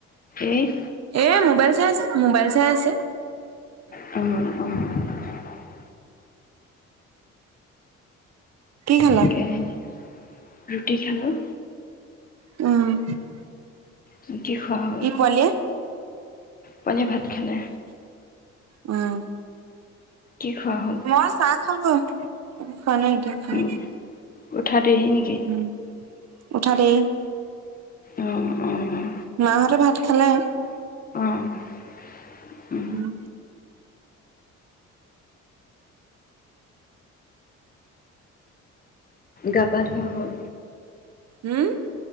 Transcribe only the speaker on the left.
এহ
অ', অ'।
তাকে হেৰী ৰুটি খালোঁ।
ৰুটি খোৱা <unintelligible>
পোৱালিয়ে ভাত খালে।
কি খোৱা হ'ল?
উম, উঠা দেৰি নেকি?
অ', অ'।
অ'।
গা পা ধুৱা হ'ল?